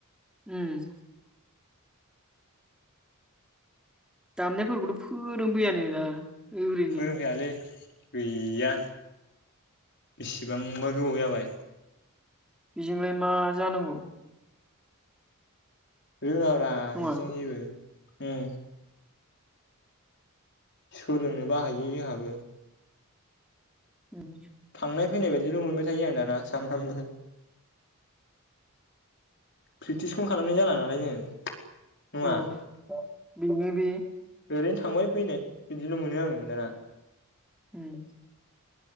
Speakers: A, in the centre; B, on the left.
A: उम। दामनायफोरखौथ' फोरोंफैयानो ना। ओरैनो
B: फोरोंफैयालै गैया बेसेबांबा गोबाव जाबाय
A: बेजोंलाय मा जानांगौ।
B: रोङाब्रा
A: नङा
B: बिदिजों जेबो उम। सोलोंनोबा हायो जोंहाबो
A: उम।
B: थांनाय फैनाय बायदिल' मोनबाय थायो आं दाना सानफ्रामबो प्रेकटिसखौनो खालामनाय जाला नालाय जोङो। नङा
A: उम बेनो बे
B: ओरैनो थांबाय फैनाय बिदिल' मोनो आङो दाना।
A: उम।